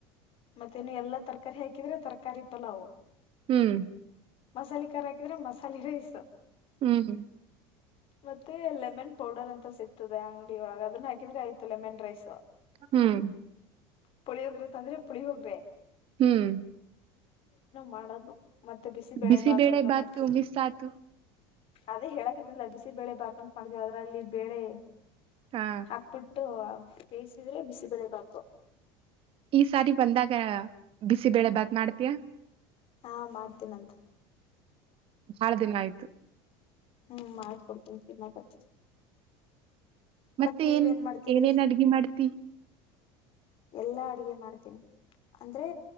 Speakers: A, on the left; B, on the right.
A: ಮತ್ತೆ ನೀ ಎಲ್ಲಾ ತರಕಾರಿ ಹಾಕಿದ್ರೆ ತರಕಾರಿ ಪಲಾವ್
B: ಹ್ಮ್
A: ಮಸಾಲೆ ಖಾರ ಹಾಕಿದ್ರೆ ಮಸಾಲೆ ರೈಸ್
B: ಹ್ಮ್ ಹ್ಮ್
A: ಮತ್ತೆ ಲೆಮನ್ ಪೌಡರ್ ಅಂತ ಸಿಗ್ತದೆ ಅಂಗಡಿಿಯ ಒಳಗೆ ಅದನ್ನ ಹಾಕಿದ್ರೆ ಆಯ್ತು ಲೆಮನ್ ರೈಸ್
B: ಹ್ಮ್
A: ಪುಳಿಹೋಗ್ರೆ ತಂದ್ರೆ ಪುಳಿಹೋಗ್ರೆ
B: ಹ್ಮ್
A: ಮಾಡದು ಮತ್ತೆ ಬಿಸಿ ಬೆಳೆ
B: ಬಿಸಿಬೇಳೆ
A: ಭಾತ ಅಂತ
B: ಬಾತು
A: ಮಾಡ್ತೀವಿ
B: ಮಿಸ್ ಆತು
A: ಅದೇ ಹೇಳಕತಿಲ್ಲ ಬಿಸಿಬೇಳೆ ಬಾತಂತ ಮಾಡ್ತೀವ ಅದ್ರಲ್ಲಿ ಬೇಳೆ
B: ಹಾ
A: ಹಾಕ್ಬಿಟ್ಟ ಬೇಯಿಸಿದ್ರೆ ಬಿಸಿ ಬೆಳೆ ಬಾತು
B: ಈ ಸಾರಿ ಬಂದಾಗ ಬಿಸಿಬೇಳೆ ಬಾತ್ ಮಾಡ್ತೀಯ
A: ಹಾ ಮಾಡ್ತೀನಂತ
B: ಬಹಳ ದಿನ ಆಯ್ತು
A: ಹ್ಮ್ ಮಾಡಕೊಡ್ತೀನ್ ತಿನ್ನಾಕತ್
B: ಮತ್ತೆ
A: ಮತ್ ನೀವೇಏನ್
B: ಏನ್
A: ಮಾಡ್ತಿದ್ರಿ
B: ಏನೇನ್ ಅಡ್ಗಿ ಮಾಡ್ತಿ
A: ಎಲ್ಲಾ ಅಡಗೆ ಮಾಡ್ತೇನಿ ಅಂದ್ರೆ